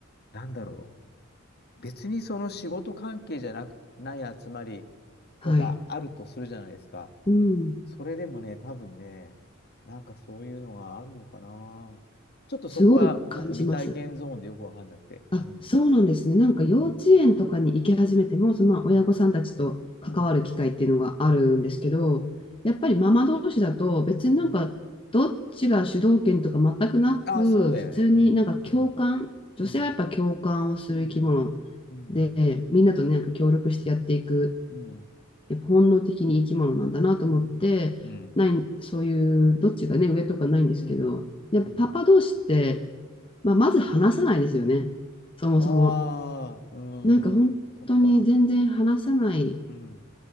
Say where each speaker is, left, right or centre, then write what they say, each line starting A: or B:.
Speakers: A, on the left (about 50°); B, on the left (about 25°).
A: なんだろう。別にその仕事関係じゃなく、ない集まり
B: はい。
A: とかあるとするじゃないですか。
B: うん。
A: それでもね、多分ね、なんかそういうのがあるのかな。ちょっとそこは僕未体験ゾーンでよくわかんなくて。
B: すごい感じます。あ、
A: うん。
B: そうなんですね。なんか幼稚園とかに行き始めても、
A: うん。
B: そのまあ親御さんたちと関わる機会っていうのがあるんですけど、
A: うん、うん、うん、
B: やっぱりママ同士だと別になんかどっちが主導権とか全くなく、
A: うん。ああ、そうだよね。
B: 普通になんか共感、
A: うん、うん、
B: 女性はやっぱ共感をする生き物
A: うん、うん、うん、
B: で、
A: うん、
B: みんなとね、なんか協力してやっていく、
A: うん、
B: やっぱ本能的に生き物なんだなと思って、
A: うん、うん、
B: ない、そういうどっちがね、上とかないんですけど、
A: うん、
B: やっぱパパ同士って、
A: うん、
B: まあ、まず話さないですよね。そもそも。
A: ああ、う
B: なんか本当に全然話さない
A: ん、そっか。うん、